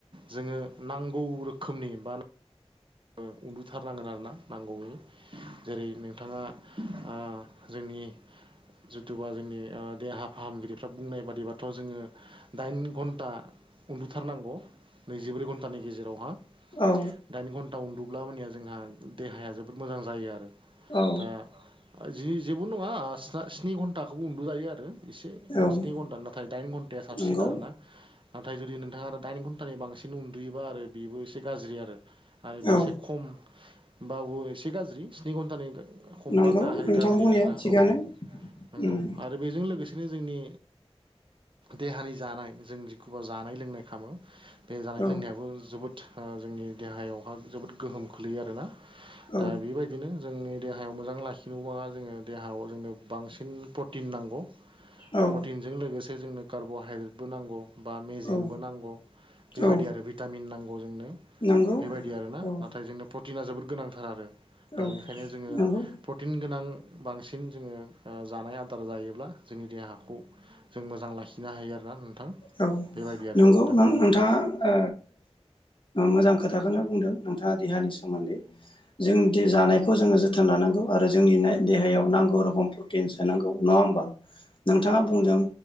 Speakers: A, on the right; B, on the left.
A: जोंङो नांगौ रोखोमनि बा बा उन्दुथारनांगोन आरोना नांगौनि जेरै नोंथाङा आ जोंनि जुथुबा जोंनि ओ देहा फाहामगिरिफ्रा बुंनाय बादिबाथ' जोङो दाइन घन्टा उन्दुथारनांगौ नैजिब्रै घन्टानि गेजेरावहा
B: औ
A: दाइन घन्ट उन्दुब्ला मानिया जोंहा देहाया जोबोद मोजां जायो आरो
B: औ
A: दा जि जेबो नङा स्नि घन्टाखौबो उन्दुजायो आरो एसे
B: औ
A: स्नि घन्टा नाथाय दाइन घन्टाया साबसिन
B: नंगौ
A: आरोना नाथाय जुदि नोंथाङा आरो दाइनि घन्टानि बांसिन उन्दुयोबा आरो बेबो एसे गाज्रि आरो आरो बेनिसाय
B: औ
A: खमबाबो एसे गाज्रि स्नि घन्टानि हमबा
B: नंगौ
A: गाहाय
B: नोंथां
A: गाज्रि
B: बुंनाया
A: आरोना
B: थिगानो
A: औ नंगौ
B: उम
A: आरो बेजों लोगोसेनो जोंनि देहानि जानाय जों जिखबा जानाय लोंनाय खालामो बे जानाय
B: औ
A: लोंनायाबो जोबोद जोंनि देहायावहा जोबोद गोहोम खोोलैयो आरोना
B: औ
A: दा बेबायदिनो जोंनि देहायाव मोजां लाखिनोबा जोङो देहायाव जोंनो बांसिन प्रटिन नांगौ
B: औ
A: प्रटिनजों लोगोसे जोंनो कार्ब'हाइद्रेटबो नांगौ बा मेजेमबो
B: औ
A: नांगौ बेबायदि
B: औ
A: आरो भिटामिन नांगौ जोंनो
B: नंगौ
A: बेबायदि आरो ना
B: औ
A: नाथाय जोंनो प्रटिना जोबोद गोनांथार आरो दा
B: औ
A: बेखायनो जोङो
B: नंगौ
A: प्रटिन गोनां बांसिन जोङो जानाय ओ आदार जायोब्ला जोंनि देहाखौ जों मोजां लाखिनो हायो आरोना
B: औ
A: बेबायदि आरो
B: नंगौ
A: नोंथां औ ओ
B: नोंथाङा मोजां खोथाखौनो बुंदों नोंथाङा देहानि सोमोन्दै जों जानायखौ जोङो जोथोन लानांगौ आरो जोंनि देहायाव नागौ रोखोम प्रोटिन सोनागौ नंङा होनबा नोंथाङा बुंदों